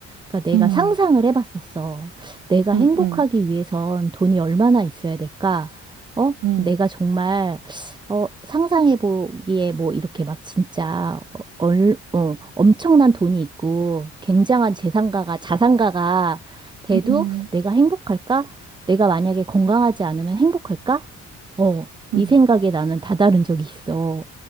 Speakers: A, on the right; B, on the right.
A: 그러니까 내가
B: 음,
A: 상상을 해봤었어. 내가
B: 음,
A: 행복하기
B: 음,
A: 위해선 돈이 얼마나 있어야 될까? 어?
B: 음,
A: 내가 정말, 어, 상상해보기에 뭐 이렇게 막 진짜, 어, 얼, 어, 엄청난 돈이 있고, 굉장한 재산가가, 자산가가 돼도
B: 음,
A: 내가 행복할까? 내가 만약에 건강하지 않으면 행복할까? 어, 이
B: 음,
A: 생각에 나는 다다른 적이 있어.